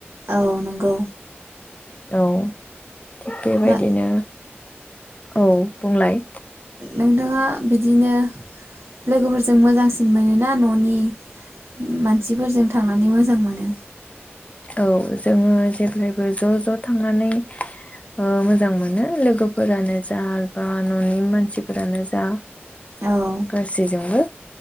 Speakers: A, on the right; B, on the left.
A: औ नंगौ
B: औ थिग बेबायदिनो
A: दा
B: औ बुंलाय
A: नोंथाङा बिदिनो लोगोफोरजों मोजांसिन मोनो ना ननि मानसिफोरजों थांनानै मोजां मोनो?
B: औ जोङो जेब्लायबो ज' ज' थांनानै ओ मोजां मोनो लोगोफोरानो जा बा ननि मानसिफोरानो जा
A: औ
B: गासैजोंबो